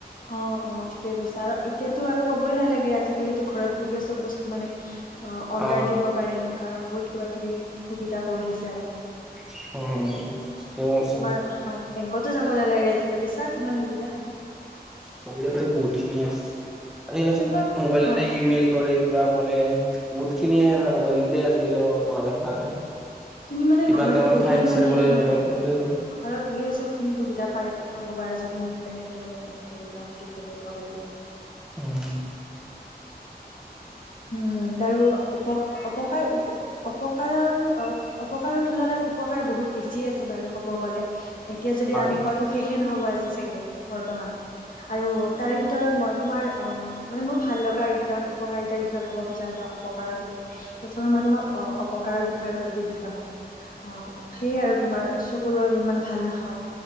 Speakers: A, on the left (about 55°); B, in the centre.
A: অ', অ', ঠিকে কৈছা আৰু এতিয়াতো আৰু ক'বই নালাগে, আজিকালিতো ঘৰত বহিয়ে চব বস্তু মানে অৰ্ডাৰ
B: অ
A: দিব পাৰে এনেকুৱা বহুত কিবা কিবি সুবিধা কৰি দিছে আৰু
B: উম। ঠিকে কৈছা
A: তোমাৰ হয়, বেংকতো যাব নালাগে, আজিকালি চা কিমান সুবিধা।
B: কম্পিউটাৰটো বুহুতখিনি আ, আ আজিকালি
A: সেইবিলাক
B: চ'ব মোবাইলেট
A: হয়।
B: ইমেইল কৰে। কিবা কৰে বহুত খিনিয়ে মোবাইলতে আজিকালিও দেখা যায়।
A: তুমি মানে
B: কিবা
A: ঘৰত
B: এটা মানে
A: বহিয়ে
B: ঠাই বিচাৰিব লাগে
A: হয়।
B: Mobile phone.
A: ঘৰত বহিয়ে চবখিনি সুবিধা পাই পাব পাৰে। যদি ইণ্টাৰনেট মানে হে কৰি লোৱা সঠিকভাৱে লগাই লোৱা
B: উম।
A: উম, তাৰো উপকাৰ উপপকাৰ উপ অপকাৰৰ অ অপকাৰৰ তুলনাত উপকাৰ বহুত বেছি আছে বাৰু কব গ'লে এতিয়া যদি
B: হয়
A: আমি কো শেষে নহ'ব আজি চাগে বৰ্তমান। আৰু তাৰে ভিতৰত মই তোমাৰ মানে মোৰ ভাল লগা আৰু কেইটামান উপকাৰিতা বিষয়ে বিষয়ে ক'ব বিচাৰো বা অপকাৰৰ বিষয়ে প্ৰথমে মই তোমাক অপকাৰৰ বিষয়ে কৈ দিওঁ দুটামান। আহ সেইয়ে আৰু তোমাৰ চকুৰ বাবে ইমান ভাল নহয়।